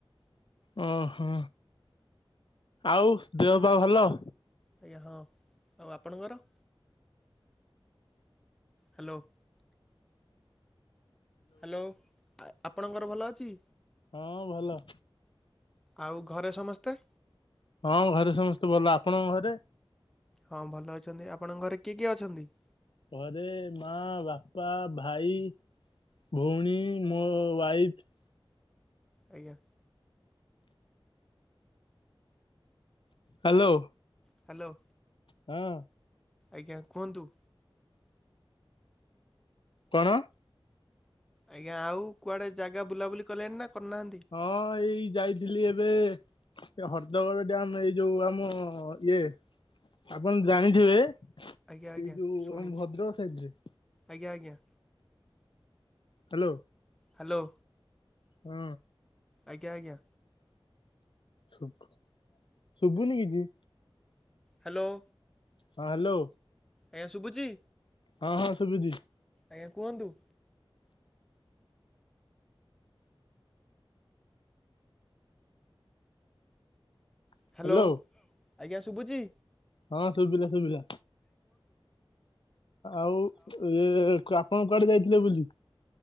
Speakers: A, on the left (about 60°); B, in the centre.
A: ଓହୋ ଆଉ ଦେହ ବା ଭଲ।
B: ଆଜ୍ଞା ହଁ ଆଉ ଆପଣଙ୍କର? ହ୍ୟାଲୋ ହ୍ୟାଲୋ ଆପଣଙ୍କର ଭଲ ଅଛି?
A: ହଁ ଭଲ।
B: ଆଉ ଘରେ ସମସ୍ତେ?
A: ହଁ ଘରେ ସମସ୍ତେ ଭଲ ଆପଣଙ୍କ ଘରେ।
B: ହଁ ଭଲ ଅଛନ୍ତି ଆପଣଙ୍କ ଘରେ କିଏ କିଏ ଅଛନ୍ତି?
A: ଘରେ ମା ବାପା ଭାଇ? ଭଉଣୀ ମୋ ୱାଇଫ।
B: ଆଜ୍ଞା
A: ହ୍ୟାଲୋ
B: ହ୍ୟାଲୋ
A: ହଁ
B: ଆଜ୍ଞା କୁହନ୍ତୁ।
A: କଣ?
B: ଆଜ୍ଞା ଆଉ କୁଆଡେ ଜାଗା ବୁଲାବୁଲି କଲେଣି ନା କରିନାହାନ୍ତି।
A: ହଁ ଏଇ ଯାଇଥିଲି ଏବେ ସେ ହର୍ଦଗଡ଼ ଡ୍ୟାମ ଏଇ ଯୋଉ ଆମ ଇଏ ଆପଣ ଜାଣିଥିବେ ଏଇ
B: ଆଜ୍ଞା ଆଜ୍ଞା
A: ଯୋଉ
B: ଶୁଣିଛି
A: ଆମ ଭଦ୍ରକ ସାଇଡରେ
B: ଆଜ୍ଞା ଆଜ୍ଞା
A: ହ୍ୟାଲୋ
B: ହ୍ୟାଲୋ
A: ହୁଁ
B: ଆଜ୍ଞା ଆଜ୍ଞା
A: ଶୁଭୁ ଶୁଭୁନି କିଛି।
B: ହ୍ୟାଲୋ
A: ହଁ ହ୍ୟାଲୋ
B: ଆଜ୍ଞା ଶୁଭୁଚି।
A: ହଁ ହଁ ଶୁବିଚି।
B: ଆଜ୍ଞା କୁହନ୍ତୁ।
A: ହ୍ୟାଲୋ
B: ହାଲୋ ଆଜ୍ଞା ଶୁବୁଚି?
A: ହଁ ଶୁବିଲା ଶୁଭିଲା ଆଉ ଇଏ କ୍ରାପ। କଣ କୁଆଡେ ଯାଇଥିଲେ ବୁଲି?